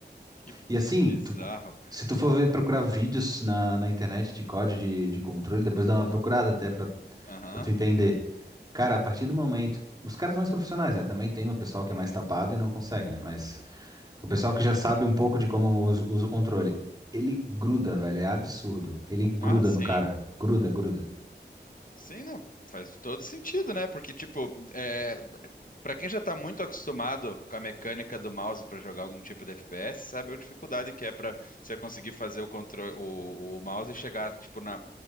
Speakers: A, on the left; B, on the right.
A: Que
B: E assim,
A: bizarro,
B: tu-
A: cara.
B: se tu for ver procurar vídeos na, na internet de código de, de controle, depois dá uma procurada até pra,
A: Aham.
B: pra tu entender. Cara, a partir do momento. Os caras mais profissionais, né? Também tem o pessoal que é
A: uhum.
B: mais tapado e não consegue, né? Mas. O pessoal que já sabe um pouco de como usa usa o controle. Ele gruda, velho. É absurdo. Ele gruda
A: Ah, sim.
B: no cara. Gruda, gruda.
A: Sim, não, faz todo sentido, né? Porque, tipo, é, para quem já tá muito acostumado com a mecânica do mouse para jogar algum tipo de FPS, sabe a dificuldade que é para você conseguir fazer o controle, o, o mouse e chegar, tipo, na,